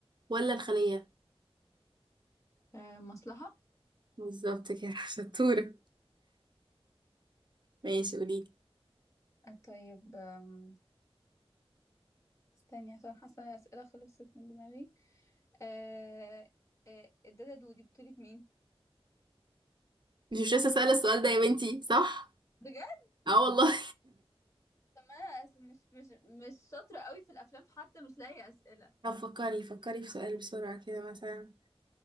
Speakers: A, on the right (about 50°); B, on the left (about 30°).
A: ولا الخليه
B: آه مصلحة
A: بالظبط كده <laughs> شطوره ماشي قولي لي
B: آه، طيب آم، استني عشان حاسة ان الاسئلة خلصت من دماغي آه آه الدادة دودي بطولة مين
A: مش مش لسه سأله السؤال ده يا بنتي صح
B: بجد
A: اه والله
B: طب ما انا أس- مش مش مش شاطرة قوي في الافلام فحتى مش لاقي اسئلة
A: <laughs> طب فكري فكري في سؤال بسرعه كده مثلا